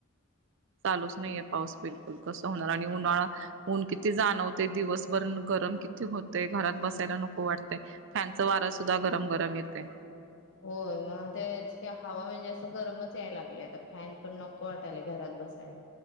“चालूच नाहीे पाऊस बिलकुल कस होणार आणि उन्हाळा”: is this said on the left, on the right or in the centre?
Right